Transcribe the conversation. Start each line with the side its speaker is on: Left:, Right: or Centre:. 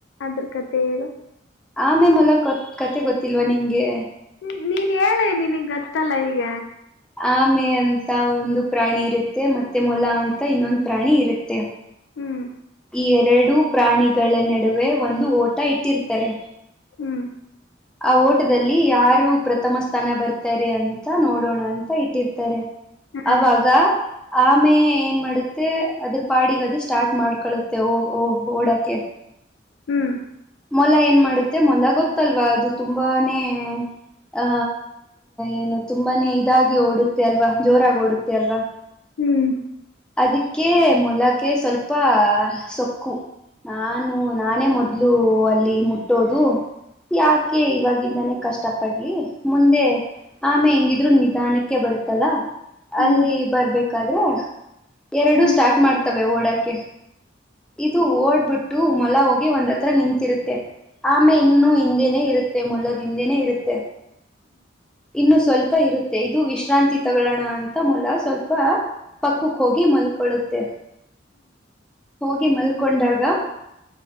Left: ಅದ್ರ ಕತೆ ಹೇಳು.
Centre: ಆಮೇ ಮೊಲ ಕತೆ ಗೊತ್ತಿಲ್ವಾ ನಿಮ್ಗೆ.
Left: ಹ್ಮ ನೀನ್ ಹೇಳಿ ನಿನಗ್ ಗೊತ್ತಲ್ಲ ಈಗ
Centre: ಆಮೆ ಅಂತ ಒಂದು ಪ್ರಾಣಿ ಇರುತ್ತೆ ಮತ್ತೆ ಮೊಲ ಅಂತ ಇನ್ನೊಂದು ಪ್ರಾಣಿ ಇರುತ್ತೆ.
Left: ಹ್ಮ್
Centre: ಈ ಎರಡೂ ಪ್ರಾಣಿಗಳ ನಡುವೆ ಒಂದು ಓಟ ಇಟ್ಟಿರ್ತರೆ.
Left: ಹ್ಮ್
Centre: ಆ ಓಟದಲ್ಲಿ ಯಾರು ಪ್ರಥಮ ಸ್ನ ಬರ್ತಾರೆ ಅಂತ ನೋಡೋಣ ಅಂತ ಇಟ್ಟಿರ್ತಾರೆ
Left: ಹಾ
Centre: ಅವಾಗ ಆಮೇ ಏನ್ ಮಾಡುತ್ತೆ ಅದ್ರ ಪಾಡಿಗೆ ಅದು ಸ್ಟಾರ್ಟ್ ಮಾಡ ಹ ಕಳುತ್ತೆ ಓ ಓಡಾಕೆ
Left: ಹ್ಮ್
Centre: ಮೊಲ ಏನ್ ಮಾಡುತ್ತೆ ಮೊಲ ಗೊತ್ತಲ್ವಾ ಅದು ತುಂಬಾನೇ ಆ ಏನು ತುಂಬಾನೇ ಇದಾಗಿ ಓಡುತ್ತ ಅಲ್ವಾ ಜೋರಾಗಿಓಡುತ್ತೆ ಅಲ್ವಾ
Left: ಹ್ಮ್
Centre: ಅದಕ್ಕೆ ಮೊಲಗೆ ಸ್ವಲ್ಪ ಸೊಕ್ಕು ನಾನು ನಾನೇ ಮೊದ್ಲು ಅಲ್ಲಿ ಮುಟ್ಟೋದು ಯಾಕೆ ಇವಾಗಿಂದಾನ ಕಷ್ಟ ಪಡ್ಲಿ ಮುಂದೆ ಆಮೇ ಹೆಂಗಿದ್ರು ನಿಧಾನಕ್ಕೆ ಅಕೆ ಬರುತ್ತಲ್ಲ
Left: ಹ್ಮ್
Centre: ಅಲ್ಲಿ
Left: ಹ್ಮ್
Centre: ಬರ್ಬೇಕಾದ್ರೆ ಎರಡು ಸ್ಟಾರ್ಟ್
Left: ಹ್ಮ್
Centre: ಮಾಡ್ತವೆ ಓಡಕ್ಕೆ ಇದು ಓಡ್ಬಿಟ್ಟು ಮೊಲ ಹೋಗಿ ಒಂದತ್ತು ನಿಂತಿರುತ್ತೆ ಆಮೆ ಇನ್ನುೂ ಹಿಂದೆನೇ ಇರುತ್ತೆ ಮೊಲದ ಹಿಂದೇನನೆ ಇರುತ್ತೆ ಇನ್ನು ಸ್ವಲ್ಪ ಇರುತ್ತೆ ಇದು ವಿಶ್ರಾಂತಿ ತಗೋಣ ಅಂತ ಮೂಲ ಸ್ವಲ್ಪ ಪಕ್ಕಕ್ಕೆ ಹೋಗಿ ಮಲ್ಕೊಳ್ಳುತ್ತೆ ಹಿ ಮಲ್ಕೊಂಡಾಗ